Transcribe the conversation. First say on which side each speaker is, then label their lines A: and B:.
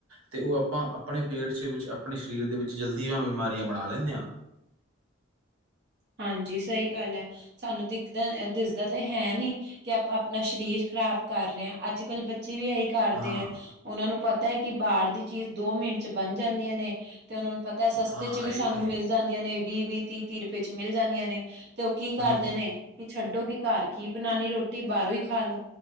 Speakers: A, on the right (about 85°); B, on the right (about 50°).
A: ਤੇ ਉਹ ਆਪਾਂ ਆਪਣੇ ਪੇਟ ਦੇ ਵਿੱਚ ਆਪਣੇ ਸਰੀਰ ਦੇ ਵਿੱਚ ਜਲਦੀਆਂ ਬਿਮਾਰੀਆਂ ਬਣਾ ਲੈਂਦੇ ਹਾਂ।
B: ਹਾਂਜੀ ਸਹੀ ਗੱਲ ਹੈ, ਸਾਨੂੰ ਦਿਖਦਾ ਦਿਸਦਾ ਤੇ ਹੈ ਨੀ। ਕਿ ਆਪਾਂ ਆਪਣਾ ਸਰੀਰ ਖ਼ਰਾਬ ਕਰ ਰਹੇ ਹਾਂ ਅੱਜ ਕੱਲ੍ਹ ਬੱਚੇ ਵੀ ਇਹੀ ਕਰਦੇ
A: ਹਾਂ
B: ਹੈ ਉਹਨਾਂ ਨੂੰ ਪਤਾ ਹੈ ਕਿ ਬਾਹਰ ਦੀ ਚੀਜ਼। ਦੋ ਮਿੰਟ ਚ ਬਣ ਜਾਂਦੀਆਂ ਨੇ ਤੇ ਉਹਨਾਂ ਨੂੰ ਪਤਾ ਸਸਤੇ
A: ਹਾਂ
B: ਚ
A: ਇਹ
B: ਵੀ ਸਾਨੂੰ
A: ਤਾਂ ਹੈ ਹੀ
B: ਮਿਲ ਜਾਂਦੀਆਂ ਨੇ ਵੀਹ ਵੀਹ ਤੀਹ ਤੀਹੁਪ। ਵਿੱਚ ਮਿਲ ਜਾਂਦੀਆਂ ਨੇ ਤੇ ਉਹ ਕੀ ਕਰਦੇ
A: ਹੂੰ
B: ਨੇ ਛੱਡੋਗੀ ਘਰ ਕੀ ਬਣਾਉਣੀ ਰੋਟੀ ਬਾਹਰੋਂ ਹੀ ਖਾ ਲੋੋ,